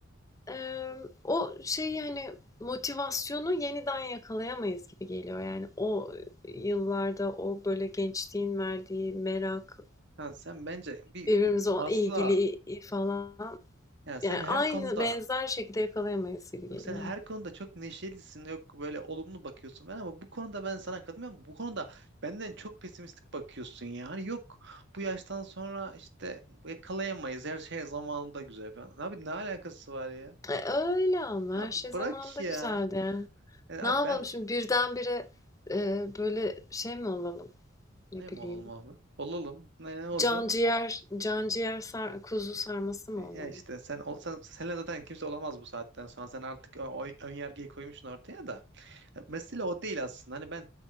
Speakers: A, on the left (about 15°); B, on the right (about 60°).
A: Eee, o şeyi, hani, motivasyonu yeniden yakalayamayız gibi geliyor. Yani o yıllarda o, böyle, gençliğin verdiği merak,
B: Ha, sen bence bir
A: birbirimize olan
B: fazla
A: ilgili falan,
B: yani sen
A: yani
B: her
A: aynı,
B: konuda
A: benzer şekilde yakalayamayız gibi geliyor.
B: yok sen her konuda çok neşelisin yok böyle olumlu bakıyorsun falan ama bu konuda ben sana katılmıyorum. Bu konuda benden çok pesimistik bakıyorsun ya. Hani yok bu yaştan sonra işte yakalayamayız her şey zamanında güzel falan. Abi ne alakası var ya?
A: E, öyle ama
B: Ya
A: her şey
B: bırak
A: zamanında
B: ya.
A: güzeldi.
B: E, abi
A: Ne yapalım
B: ben
A: şimdi birdenbire, eee, böyle, şey mi olalım, ne
B: ne
A: bileyim,
B: mi olalım abi? Olalım. Ne, ne olacak?
A: can ciğer can ciğer sar kuzu sarması mı
B: E,
A: olalım?
B: ya işte sen, ol, sen senle zaten kimse olamaz bu saatten sonra. Sen artık o, o ön yargıyı koymuşsun ortaya da. E, Mesele o değil aslında. Hani ben